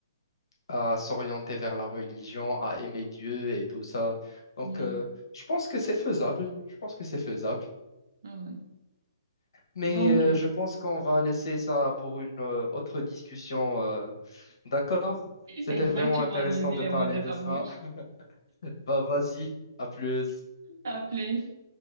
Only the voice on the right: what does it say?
Mhm.
Ah ouais.
Bon,
exactement,
enlever
les
mots de
la
bouche.
À plus.